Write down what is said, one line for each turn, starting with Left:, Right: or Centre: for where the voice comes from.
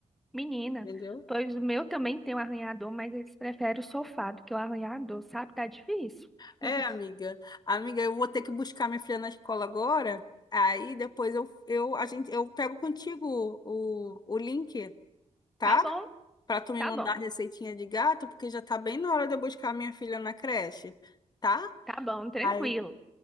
Centre: Menina,
Left: Entendeu?
Centre: pois o meu também tem um arranhador, mas eles preferem o sofá do que o arranhador, sabe? Tá difícil.
Left: É,
Centre: <laughs>
Left: amiga. Amiga, eu vou ter que buscar minha filha na escola agora. Aí depois eu, eu, a gente, eu pego contigo o, o link, tá?
Centre: Tá bom,
Left: Pra tu me
Centre: tá
Left: mandar
Centre: bom,
Left: a receitinha de gato, porque já tá bem na hora de eu buscar minha filha na creche, tá?
Centre: tá bom, tranquilo.
Left: Aí,